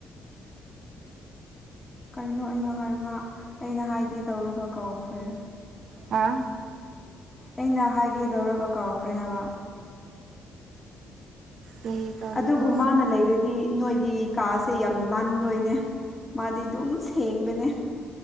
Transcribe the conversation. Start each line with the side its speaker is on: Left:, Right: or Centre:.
Left: ꯀꯩꯅꯣ ꯑꯩꯅꯣ ꯍꯥꯏ ꯉ ꯑꯩꯅ ꯍꯥꯏꯒꯦ ꯇꯧꯔꯒ ꯀꯧꯈ꯭ꯔꯦ
Right: ꯍꯥ
Left: ꯑꯩꯅ ꯍꯥꯏꯒꯦ ꯇꯧꯔꯒ ꯀꯧꯈ꯭ꯔꯦ ꯍꯥꯏꯕ
Right: ꯀꯩ ꯇꯧꯔꯤꯅꯣ
Left: ꯑꯗꯨꯕꯨ ꯃꯥꯅ ꯂꯩꯔꯗꯤ ꯅꯣꯏꯒꯤ ꯀꯥꯁꯦ ꯌꯥꯝ ꯅꯥꯟꯗꯣꯏꯅꯦ ꯃꯥꯗꯤ ꯑꯗꯨꯝ ꯁꯦꯡꯕꯅꯦ